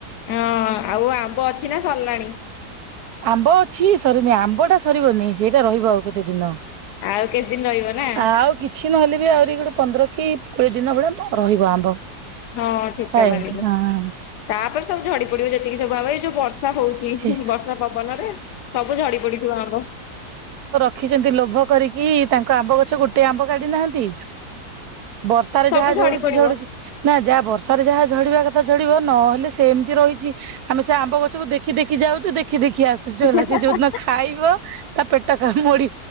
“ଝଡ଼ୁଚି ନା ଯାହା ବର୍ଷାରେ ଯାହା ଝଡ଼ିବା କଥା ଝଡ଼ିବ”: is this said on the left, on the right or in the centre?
Right